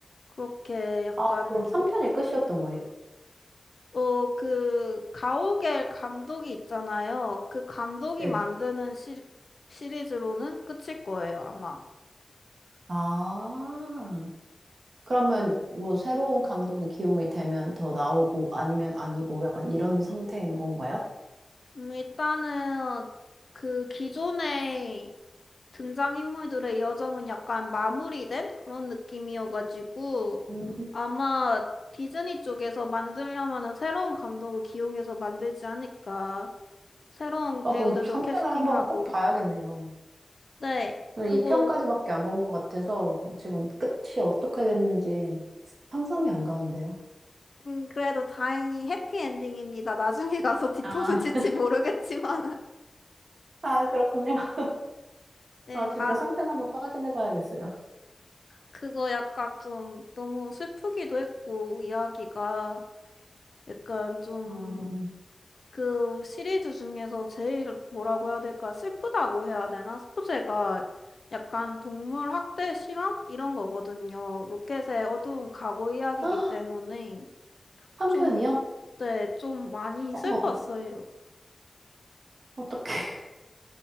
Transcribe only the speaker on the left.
그렇게 약간
어 그 가오갤 감독이 있잖아요. 그 감독이
만드는 시, 시리즈로는 끝일 거예요, 아마.
음, 일단은 그 기존의 등장인물들의 여정은 약간 마무리된 그런 느낌이어가지고
아마 디즈니 쪽에서 만들려면은 새로운 감독을 기용해서 만들지 않을까. 새로운
배우들도
캐스팅하고.
네, 그거
음, 그래도 다행히 해피엔딩입니다. 나중에 가서 뒤통수
칠지 모르겠지만
<laughs> 네,
다
그거 약간 좀 너무 슬프기도 했고 이야기가 약간 좀
그 시리즈 중에서 제일 뭐라고 해야 될까? 슬프다고 해야 되나? 소재가 약간 동물 학대 실험? 이런 거거든요. 로켓의 어두운 과거 이야기이기
때문에
좀, 네, 좀 많이
슬펐어요.